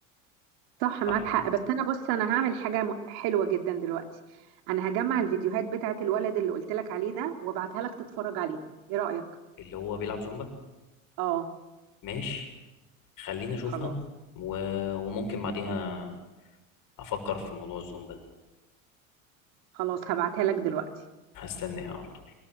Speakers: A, on the right; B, on the left.
A: صح معاك
B: صح كده
A: حق بس انا بص انا هعمل حاجه م- حلوه جدا دلوقتي انا هجمع الفيديوهات بتاعت الولد اللي قلت لك عليه ده وابعتها لك تتفرج عليها ايه رايك
B: اللي هو بيلعب زومبا
A: اه
B: ماشي خليني اشوفها
A: خلاص
B: و... وممكن بعديها افكر في موضوع الزومبا ده
A: خلاص هبعتها لك دلوقتي
B: هستناها على طول